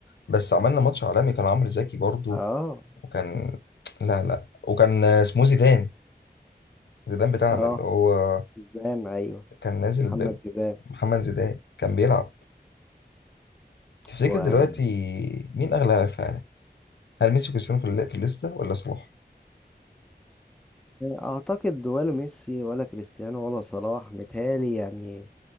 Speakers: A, on the left; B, in the centre.
A: بس عملنا ماتش عالمي كان عمرو زكي برضو
B: اه
A: وكان لا لا وكان آه، اسمه ايه، زيدان زيدان بتاعنا
B: اه
A: اللي هو
B: زيدان ايوه
A: كان نازل
B: محمد زيدان
A: بمحمد زيدان كان بيلعب تفتكر
B: و
A: دلوقتي مين اغلى لاعب في العالم هل ميسي وكريستيانو في الل- في الليستة ولا صلاح
B: اعتقد ولا ميسي ولا كريستيانو ولا صلاح متهيألي يعني